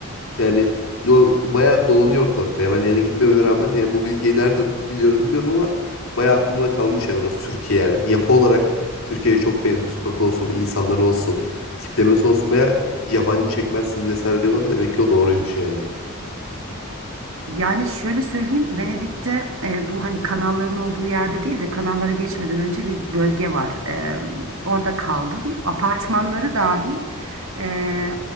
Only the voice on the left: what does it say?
Yani o bayağı dolanıyor ortalıkta. ya. Ben yani gitmeme rağmen yani bu bilgiyi nereden biliyorum bilmiyorum ama bayağı aklımda kalmış ya orası Türkiye yani. Yapı olarak Türkiye'ye çok benziyor. Sokak olsun, insanlar olsun, tiplemesi olsun bayağı yabancı çekmezsiniz vesaire diyorlar. Demek ki o doğruymuş yani.